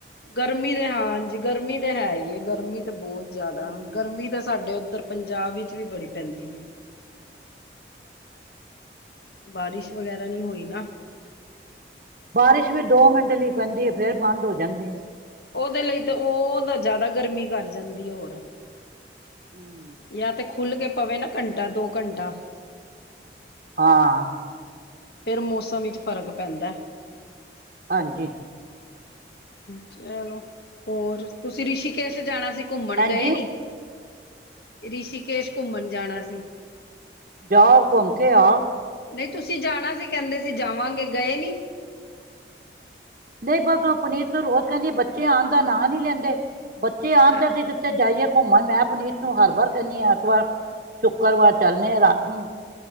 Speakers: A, on the left; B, on the right.
A: ਗਰਮੀ ਤੇ ਹਾਂਜੀ, ਗਰਮੀ ਤੇ ਹੈ ਈ ਏ। ਗਰਮੀ ਤਾਂ ਬਹੁਤ ਜਾਦਾ,
B: ਹਮ
A: ਗਰਮੀ ਤਾਂ ਸਾਡੇ ਉੱਧਰ ਪੰਜਾਬ ਵਿੱਚ ਵੀ ਬੜੀ ਪੈਂਦੀ ਏ। ਬਾਰਿਸ਼ ਵਗੈਰਾ ਨੀ ਹੋਈ ਨਾ।
B: ਬਾਰਿਸ਼ ਵੀ ਦੋ ਮਿੰਟ ਲਈ ਪੈਂਦੀ ਏ ਫੇਰ ਬੰਦ ਹੋ ਜਾਂਦੀ ਏ।
A: ਓਦੇ ਲਈ ਤੇ ਓ ਤਾਂ ਜਾਦਾ ਗਰਮੀ ਕਰ ਜਾਂਦੀ ਹੋਰ।
B: ਹੂੰ!
A: ਯਾ 'ਤੇ ਖੁੱਲ ਕੇ ਪਵੇ ਨਾ ਘੰਟਾ ਦੋ ਘੰਟਾ।
B: ਹਾਂ।
A: ਫੇਿਰ ਮੌਸਮ ਇਚ ਫ਼ਰਕ ਪੈਂਦੈ।
B: ਹਾਂਜੀ।
A: ਚਲੋ, ਹੋਰ! ਤੁਸੀਂ ਰਿਸ਼ੀਕੇਸ਼ ਜਾਣਾ ਸੀ ਘੁੰਮਣ
B: ਹਾਂਜੀ
A: ਗਏ ਨੀ? ਰਿਸ਼ੀਕੇਸ਼ ਘੁੰਮਣ ਜਾਣਾ ਸੀ।
B: ਜਾਓ, ਘੁੰਮ ਕੇ ਆਓ।
A: ਨਈ ਤੁਸੀਂ ਜਾਣਾ ਸੀ, ਕੈਂਦੇ ਸੀ ਜਾਵਾਂਗੇ, ਗਏ ਨੀਂ?
B: ਨਈ ਬਸ ਓ ਪੁਨੀਤ ਨੂੰ ਰੋਜ਼ ਕੈਂਨੀ ਆ ਬੱਚੇ ਆਣ ਦਾ ਨਾਂ ਨੀ ਲੈਂਦੇ। ਬੱਚੇ ਆਣ ਤੇ
A: ਅ
B: ਅਸੀ ਤੇ ਜਾਈਏ ਘੁੰਮਣ ਮੈਂ ਪੁਨੀਤ ਨੂੰ ਹਰ ਵਾਰ ਕੈਨੀ ਆਂ ਐਤਵਾਰ ਸ਼ੁੱਕਰਵਾਰ ਚੱਲਨੇ ਆ ਰਾਤ ਨੂੰ।